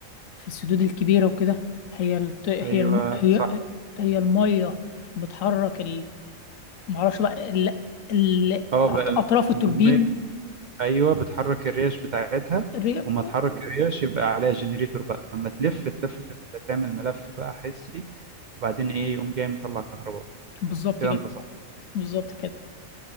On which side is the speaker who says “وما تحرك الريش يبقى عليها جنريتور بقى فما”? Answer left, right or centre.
Right